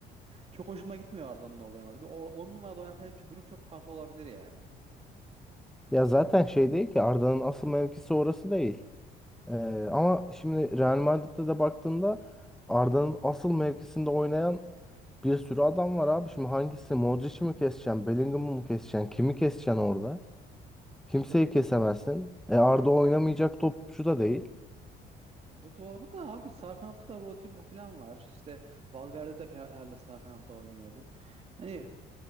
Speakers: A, on the right; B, in the centre.
A: çok hoşuma gitmiyor Arda'nın orada oynaması. Bir 10 numarada oynasaydı durum çok farklı olabilir ya.
B: Ya zaten şey değil ki Arda'nın asıl mevkisi orası değil. Ee, ama şimdi Real Madrid'de de baktığında Arda'nın asıl mevkisinde oynayan bir sürü adam var abi. Şimdi hangisi? Modric'i mi keseceksin? Bellingham'ı mı keseceksin? Kimi keseceksin orada? Kimseyi
A: O da do-
B: kesemezsin. E Arda oynamayacak topçu da değil.
A: o da doğru da abi sağ kanatta da Rodrigo falan var. İşte Valverde de herhalde sağ kanatta oynuyordu. Hani